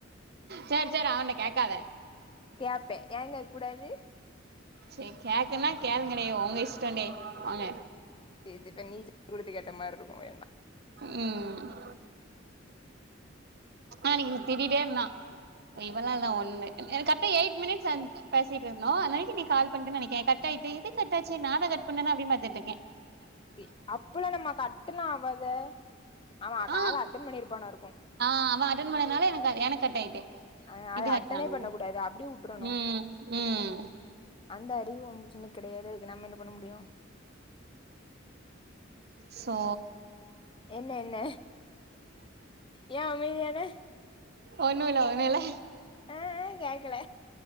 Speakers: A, on the right; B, on the left.
A: சேர் சேர் அவன்ட்ட கேக்காத
B: கேப்பே ஏ கேக்கூடாது
A: செரி கேட்கன்னா கேளுங்கடி உங்க இஷ்டோடி போங்க
B: செ இது பண்ணி குடுத்து கேட்ட மாரி இருக்கு வேண்டா
A: ம் ஆ அன்னிக்கி இங்க திட்டிட்டே இருந்தா இவ்ளால்லா ஒண்ணு என்க்கு கரெட்ட எயிட் மினிட்ஸ் ஆன் பேசிட்டு இருந்தோ அந்தனைக்கு நீ கால் பண்ணிட்டே நெனைக்கே கட் ஆயிட்டு எதுக்கட் ஆச்சு நா தா கட் பண்ணனா அப்டின்னு பாத்துட்டுக்கே
B: இ அப்பல்லா நம்ம கட்டுலா ஆவாதே ஆமா
A: ஆ
B: கால அட்டன் பண்ணிருப்பானா இருக்கு
A: ஆ அவ அட்டன் பண்ணதுனால எனக்கு எனக்கு கட் ஆயிட்டு
B: அ அது
A: இது
B: அட்டனே
A: கட் ஆனது
B: பண்ண கூடாது அப்டியே உட்டுரணு
A: ம் ம்
B: அந்த அறிவு உ புருஷனுக்கு கெடையாது அதுக்கு நம்ம என்ன பண்ண முடியு
A: ஸோ
B: என்ன என்ன ஏ அமைதியான
A: ஒண்ணு இல்ல ஒன்னுல்ல
B: ஆ ஆ கேக்கல